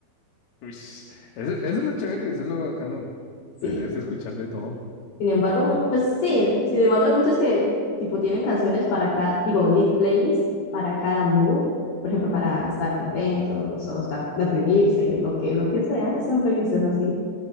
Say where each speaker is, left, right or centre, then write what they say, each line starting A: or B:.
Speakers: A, on the left; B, on the left.
A: Uish, Eso, eso es lo chévere, eso es lo bacano.
B: Sí.
A: La idea es escuchar de todo.
B: Sin embargo, mu- pues sí, sin embargo hay muchos que tipo tienen canciones para cada, digo, li- playlist para cada mood, por ejemplo, para estar contentos o estar deprimirse, lo que, lo que sea, son felices así.